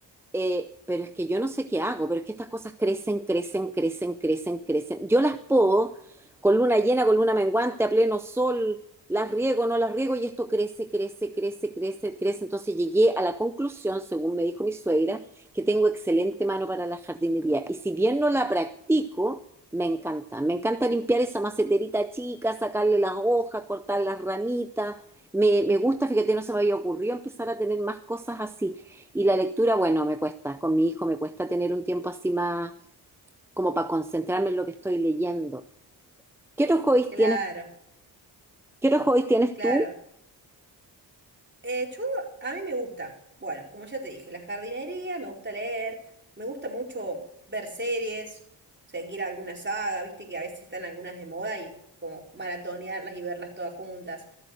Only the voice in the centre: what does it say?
eh, pero es que yo no sé qué hago, pero es que estas cosas crecen, crecen, crecen, crecen, crecen. Yo las podo con luna llena, con luna menguante, a pleno sol, las riego, no las riego y esto crece, crece, crece, crece, crece. Entonces llegué a la conclusión, según me dijo mi suegra, que tengo excelente mano para la jardinería. Y si bien no la practico, me encanta. Me encanta limpiar esa maceterita chica, sacarle las hojas, cortar las ramitas. Me, me gusta, fíjate, no se me había ocurrido empezar a tener más cosas así. Y la lectura, bueno, me cuesta, con mi hijo me cuesta tener un tiempo así más como para concentrarme en lo que estoy leyendo. ¿Qué otros hobbies
tienes? ¿Qué otros hobbies tienes
tú?